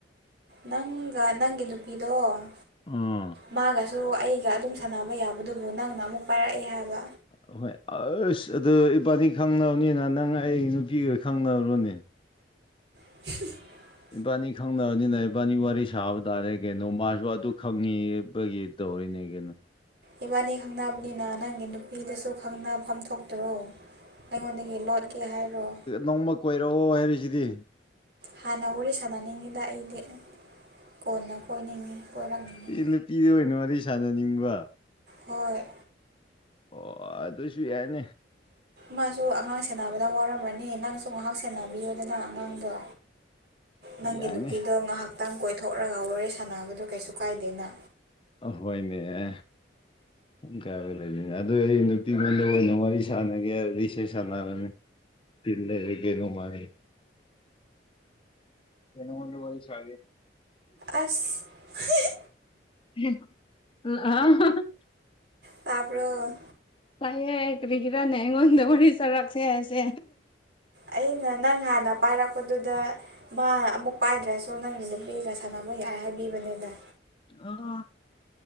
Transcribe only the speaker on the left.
ꯎꯝ
ꯑꯍꯣꯏ ꯑꯥꯁ ꯑꯗꯨ ꯏꯕꯥꯅꯤ ꯈꯪꯅꯕꯅꯤꯅ ꯅꯪ ꯑꯩ ꯅꯨꯄꯤꯒꯥ ꯈꯪꯅꯔꯣꯅꯦ꯫
ꯏꯕꯥꯅꯤ ꯈꯪꯅꯕꯅꯤꯅ ꯏꯕꯥꯅꯤ ꯋꯥꯔꯤ ꯁꯥꯕ ꯇꯥꯔꯦ ꯀꯩꯅꯣ ꯃꯥꯁꯨ ꯑꯗꯨ ꯈꯪꯏꯕꯒꯤ꯫ ꯇꯧꯔꯤꯅꯦ ꯀꯩꯅꫭ꯫
ꯅꯣꯡꯃꯥ ꯀꯣꯏꯔꯛ ꯑꯣ ꯍꯥꯏꯔꯤ ꯁꯤꯗꯤ꯫
ꯑꯩ ꯅꯨꯄꯤꯗ ꯑꯣꯏꯅ ꯋꯥꯔꯤ ꯁꯥꯟꯅꯅꯤꯡꯕ
ꯑꯣꯑ ꯑꯗꯨꯁꯨ ꯌꯥꯏꯅꯦ꯫
ꯌꯥꯏꯅꯦ
ꯑꯥ ꯍꯣꯏꯅ° ꯄꯨꯜ ꯀꯌꯥꯗ ꯂꫭꯏꯗꫭꯏꯅꫭ ꯑꯗꫭ ꯑꯩ ꯅꯨꯄꯤꯉꯣꯟꯗ ꯑꯣꯏꯅ ꯋꯥꯔꯤ ꯁꯥꯟꯅꯒꯦ ꯍꯥꯏꯔꯗꯤ ꯁꯤ ꯁꯥꯟꯅꯔꯅ° ꯇꯥꯜꯂꯦ ꯂꯩ ꯀꯦꯅꯨꯡ ꯃꯥꯥꯡ ꯀꯩꯅꯣ ꯃ ꯋꯥꯔꯤ ꯆ
<inaudible>
ꯂꯥꯛꯌꯦ ꯀꯕꯤꯔꯅꯦ ꯑꯩꯉꯣꯟꯗ ꯋꯥꯔꯤ ꯆꯔꯥꯛꯁꯦꯁꯦ
ꯑ <inaudible>